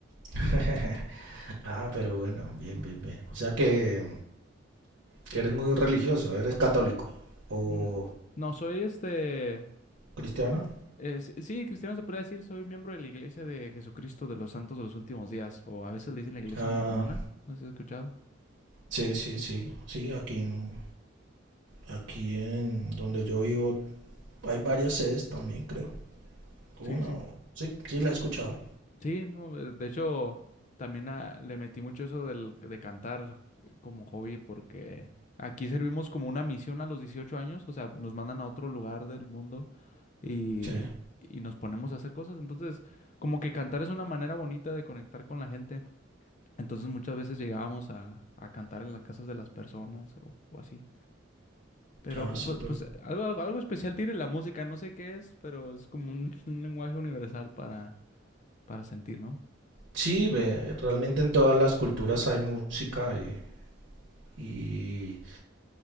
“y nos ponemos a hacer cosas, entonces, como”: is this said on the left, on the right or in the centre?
Left